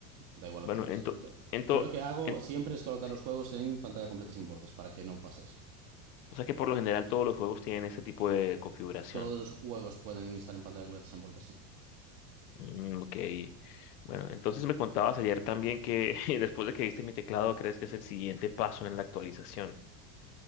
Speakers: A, on the right; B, on the left.
A: da igual
B: Bueno,
A: lo que hagas.
B: ento,
A: Ent-
B: ento,
A: yo lo que hago
B: en-
A: siempre es colocar
B: sí.
A: los juegos en pantalla completa sin bordes, para que no pase eso.
B: O sea que por lo general todos los juegos tienen este tipo de configuración.
A: Todos los juegos pueden estar en pantalla completa sin bordes, sí.
B: Mm, ok. Bueno, entonces me contabas ayer también que <laughs> después de que viste mi teclado, crees que es el siguiente paso en la actualización.